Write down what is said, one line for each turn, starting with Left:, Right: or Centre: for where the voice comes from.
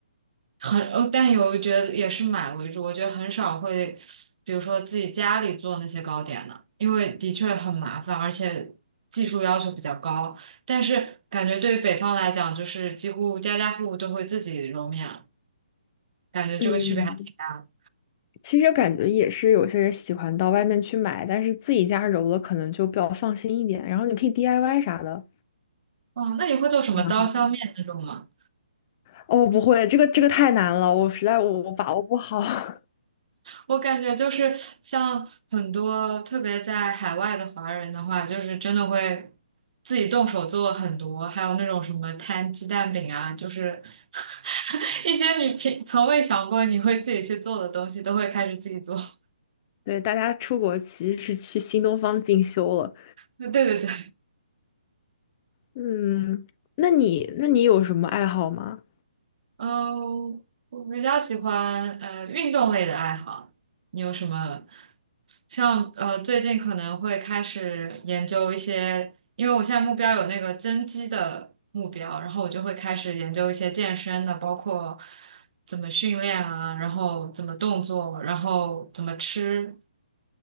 Right: 很，呃但有我觉得也是买为主。我觉得很少会，比如说自己家里做那些糕点的，因为的确很麻烦，而且技术要求比较高。但是感觉对于北方来讲，就是几乎家家户户都会自己揉面，感觉这个区别还挺大的。
Left: 嗯，其实感觉也是有些人喜欢到外面去买，但是自己家揉了可能就比较放心一点，然后你可以 DIY 啥的，
Right: 哦，那你会做什么刀削面那种吗？
Left: 蛮好的。哦，不会，这个这个太难了，我实在我我把握不好。<laughs>
Right: 我感觉就是像很多特别在海外的华人的话，就是真的会自己动手做很多，还有那种什么摊鸡蛋饼啊，就是 <laughs> 一些你平从未想过你会自己去做的东西，都会开始自己做。<laughs>
Left: 对，大家出国其实是去新东方进修了。
Right: 对对对。
Left: 嗯，那你那你有什么爱好吗？
Right: 嗯，我比较喜欢呃运动类的爱好。你有什么？像呃最近可能会开始研究一些，因为我现在目标有那个增肌的目标，然后我就会开始研究一些健身的，包括怎么训练啊，然后怎么动作，然后怎么吃，